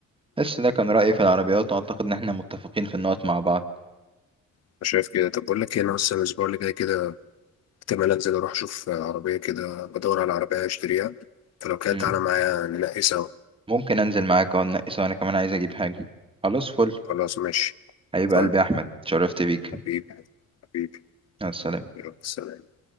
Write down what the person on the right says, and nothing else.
بس ده كان رأيي في العربيات وأعتقد إن احنا متفقين في النقط مع بعض
مم.
ممكن أنزل معاك أو ننقي سوا أنا كمان عايز أجيب حاجة خلاص فل
حبيب قلبي
يا أحمد شرفت بيك
مع السلامة